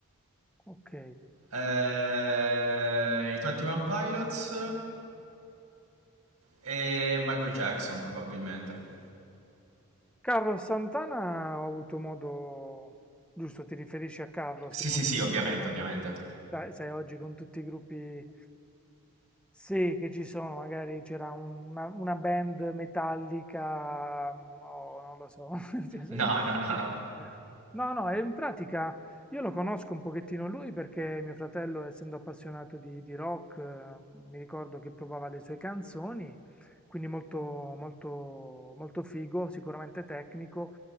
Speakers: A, in the centre; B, on the right.
A: Ok.
B: eh, i 21 Pilots e Michael Jackson probabilmente.
A: Carlos Santana ho avuto modo... Giusto, ti riferisci a Carlos,
B: Sì,
A: il
B: sì,
A: musicista?
B: sì, ovviamente,
A: Ok.
B: ovviamente.
A: Sai, sai, oggi con tutti i gruppi... Sì, che ci sono, magari c'era un- una, una band metallica, mm, o non lo so. <laughs> Cioè, se-
B: No, no, no,
A: No,
B: no.
A: no, no, e in pratica io lo conosco un pochettino lui perché mio fratello, essendo appassionato di, di rock, eh, mi ricordo che provava le sue canzoni quindi molto, molto, molto figo, sicuramente tecnico.